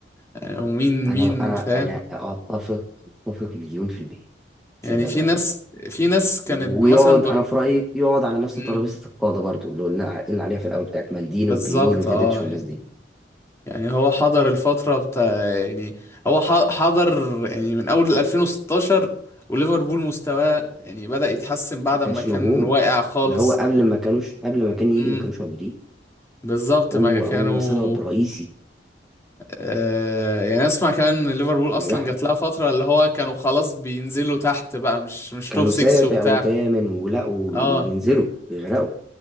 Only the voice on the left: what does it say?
آه، ومين
مين
فاهم
يعني في
ناس في ناس كانت
مثلا بك...
مم،
بالظبط
اه
يعني
يعني هو حضر الفترة بتاع يعني هو ح- حضر يعني من اول 2016 وليفربول مستواه يعني بدأ يتحسن بعد
ما كان
واقع خالص
امم
بالظبط
ما كانوا
آه، يعني اسمع كمان ان ليفربول
اصلا
جات لها فتره اللي هو كانوا خلاص بينزلوا تحت بقى مش مش
توب 6
وبتاع
اه